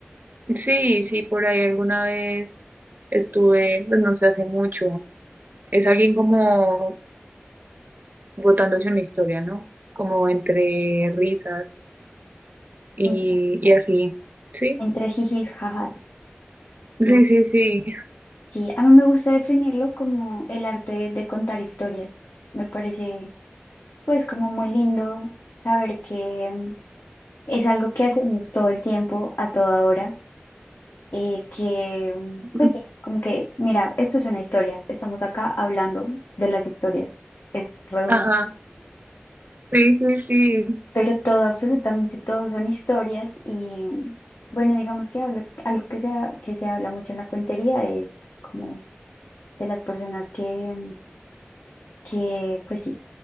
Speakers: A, on the right (about 45°); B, on the left (about 75°).
A: sí, sí, por ahí alguna vez estuve, pues no sé, hace mucho. Es alguien como botándose una historia, ¿no? Como entre risas y,
B: en-
A: y así. Sí,
B: entre jiji y jajas.
A: sí,
B: Sí,
A: sí, sí.
B: sí. A mí me gusta definirlo como el arte de, de contar historias. Me parece, pues, como muy lindo saber que mm, es algo que hacemos todo el tiempo, a toda hora eh, que, mm,
A: <laughs>
B: pues sí, como que, mira, esto es una historia, estamos acá hablando de las historias, es redundante,
A: Ajá, sí, sí, sí.
B: pero todo, absolutamente todo son historias y, mm, bueno, digamos que hablo- algo que se, ha- que se habla mucho en la cuentería es como de las personas que, mm, que pues sí,